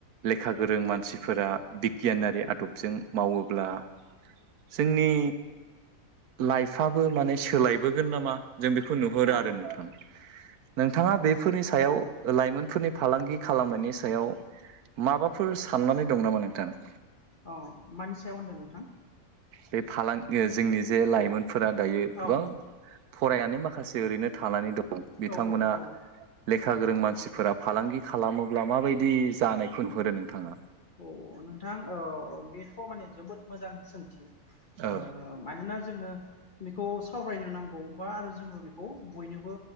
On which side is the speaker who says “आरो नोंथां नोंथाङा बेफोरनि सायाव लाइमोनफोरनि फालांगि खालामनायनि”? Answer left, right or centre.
Right